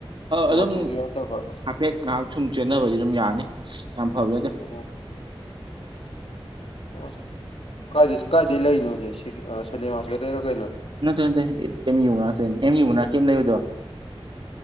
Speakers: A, on the right; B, on the left.
A: ꯑꯗꯨꯝ
B: ꯃꯆꯨꯒꯤꯔꯣ ꯅꯠꯇꯕ
A: ꯦꯠ ꯉꯥꯏꯍꯥꯛ ꯁꯨꯝ ꯆꯦꯟꯅꯕꯗꯤ ꯑꯗꯨꯝ ꯌꯥꯅꯤ ꯌꯥꯝ ꯐꯕ ꯅꯠꯇꯦ
B: ꯑꯣ ꯑꯣ ꯀꯥꯏ ꯀꯥꯏꯗ ꯂꯩꯔꯤꯅꯣ ꯍꯧꯖꯤꯦ ꯁꯟꯗ ꯃꯥꯔꯀꯦꯠꯇꯩꯔ ꯀꯩꯅꯣ
A: ꯅꯠꯇꯦ ꯅꯠꯇꯦ ꯑꯦ ꯑꯦꯝ ꯌꯨꯕ ꯛꯇꯣꯏ ꯑꯦꯝ ꯌꯨꯕ ꯅꯥꯦ ꯑꯃ ꯂꯩꯕꯗꯣ